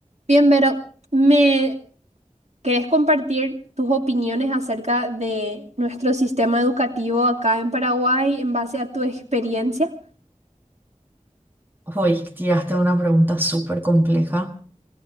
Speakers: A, on the right; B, on the right.
A: Bien, Vero, ¿me querés compartir tus opiniones acerca de nuestro sistema educativo acá en Paraguay en base a tu experiencia?
B: Hoy tiraste una pregunta súper compleja.